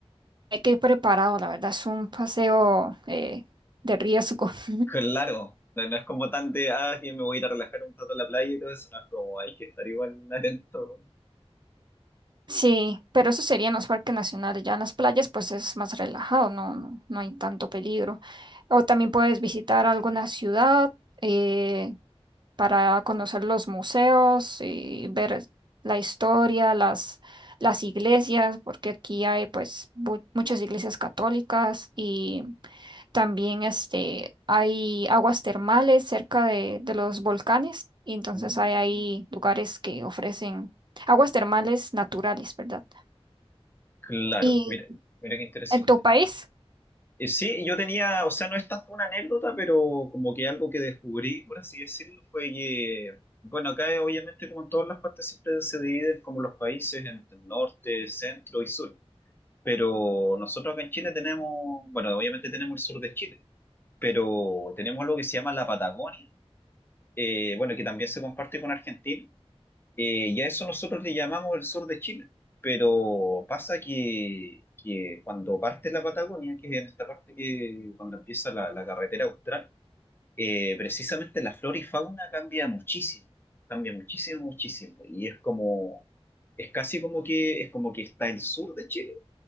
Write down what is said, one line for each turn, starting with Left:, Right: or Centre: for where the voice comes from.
Right: hay que ir preparado, la verdad, es un paseo eh, de riesgo. <laughs>
Left: Claro. No, no es como tan de, ah, que me voy a ir a relajar un rato a la playa y todo eso. No es como, hay que estar igual atento.
Right: Sí, pero eso sería en los parques nacionales, ya en las playas pues es más relajado, no, no, no hay tanto peligro. O también puedes visitar alguna ciudad eh, para conocer los museos y ver la historia, las, las iglesias, porque aquí hay pues mu- muchas iglesias católicas y También este, hay aguas termales cerca de, de los volcanes, y entonces
Left: Mm,
Right: hay ahí lugares que ofrecen aguas termales naturales, ¿verdad?
Left: claro,
Right: Y
Left: mira, mira qué interesante.
Right: en tu país,
Left: Eh, Sí, yo tenía, o sea, no es tanto una anécdota, pero como que algo que descubrí, por así decirlo, fue que, bueno, acá eh, obviamente como en todas las partes siempre se dividen como los países en norte, centro y sur, pero nosotros acá en Chile tenemos, bueno, obviamente tenemos el sur de Chile, pero tenemos lo que se llama la Patagonia, eh, bueno, que también se comparte con Argentina eh, y a eso nosotros le llamamos el sur de Chile. Pero pasa que, que cuando parte la Patagonia, que es en esta parte que cuando empieza la, la carretera austral, eh, precisamente la flora y fauna cambia muchísimo, cambia muchísimo, muchísimo. Y es como, es casi como que, es como que está el sur de Chile